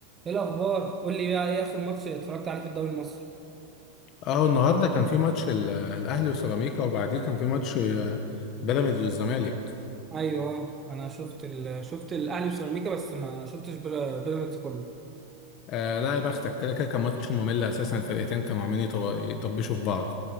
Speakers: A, on the right; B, on the left.
A: ايه الاخبار قول لي بقى ايه اخر ماتش اتفرجت عليه في الدوري المصري
B: اه النهارده كان في ماتش ال- الاهلي وسيراميكا وبعديه كان في ماتش آه، بيراميدز والزمالك
A: ايوه آه. انا شوفت ال... شفت الاهلي وسيراميكا بس ما شفتش بير- بيراميدز كله
B: آه لا يا بختك كده كده كان ماتش ممل اساسا الفرقتين كانوا عاملين يطب- يطبشوا في بعض